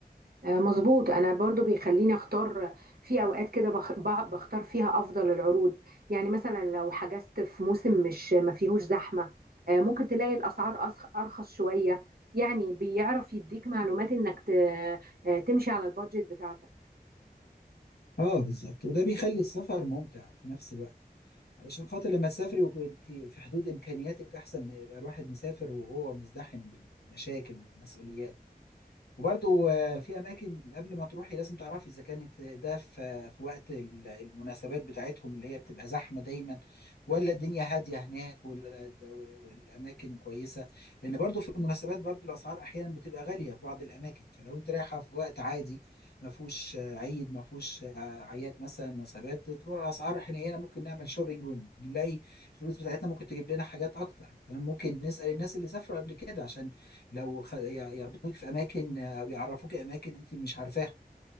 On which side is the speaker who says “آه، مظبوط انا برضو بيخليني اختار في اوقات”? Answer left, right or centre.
Right